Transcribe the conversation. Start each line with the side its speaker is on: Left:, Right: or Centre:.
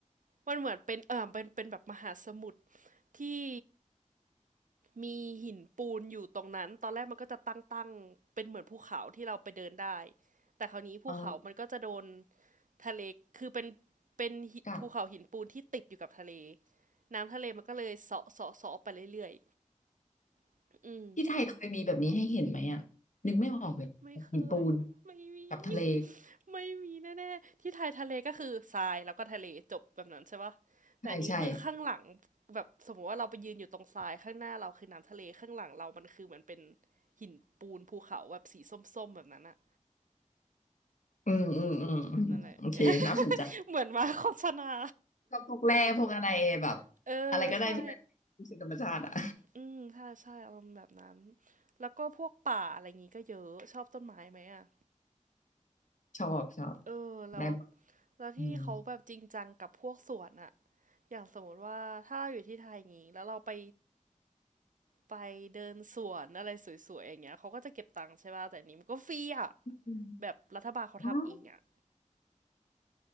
Right: มันเหมือนเป็นเออเป็นเป็นแบบมหาสมุทรที่ มีหินปูนอยู่ตรงนั้น ตอนแรกมันก็จะตั้งๆเป็นเหมือนภูเขาที่เราไปเดินได้ แต่คราวนี้ภูเขามันก็จะโดน
Left: อ๋อ
Right: ทะเล คือเป็นเป็นหิภูเขาหินปูนที่ติดอยู่กับทะเล
Left: จัด
Right: น้ำทะเลมันก็เลยเสาะเสาะเสาะไปเรื่อยๆอืม
Left: ที่ไทยเคยมีแบบนี้ให้เห็นไหมอ่ะนึกไม่ออกเลยหินปูน
Right: ไม่เคยไม่มี
Left: กับทะเล
Right: <laughs> ไม่มีแน่ๆที่ไทยทะเลก็คือทรายแล้วก็ทะเลจบแบบนั้นใช่ปะแต่อันนี้คือข้างหลัง
Left: ใช่ใช่
Right: แบบสมมติว่าเราไปยืนอยู่ตรงทรายข้างหน้าเราคือน้ำทะเลข้างหลังเรามันคือเหมือนเป็นหินปูนภูเขาแบบสีส้มๆแบบนั้นอะ
Left: อืมอืมอืมอืมโอเคน่าสนใจ
Right: นั่นแหละ <laughs> เหมือนมาโฆษณา
Left: ก็พวกแร่พวกอะไรแบบ
Right: <laughs> เออใช่
Left: อะไรก็ได้ที่เป็นรู้สึกธรรมชาติอ่ะ
Right: อืมใช่ใช่อารมณ์แบบนั้นแล้วก็พวกป่าอะไรอย่างงี้ก็เยอะชอบต้นไม้ไหมอะ
Left: <laughs> ชอบชอบ
Right: เออแล้ว
Left: ได้หมด
Right: แล้วที่นี่เขาแบบจริงจังกับพวกสวนอะ
Left: อืม
Right: อย่างสมมติว่าถ้าเราอยู่ที่ไทยงงี้แล้วเราไปไปเดินสวนอะไรสวยๆอย่างเงี้ยเขาก็จะเก็บตังค์ใช่ป่ะแต่อันนี้มันก็ฟรีอ่ะ
Left: อืม
Right: แบบรัฐบาลเขาทำเองอ่ะ
Left: ว้าว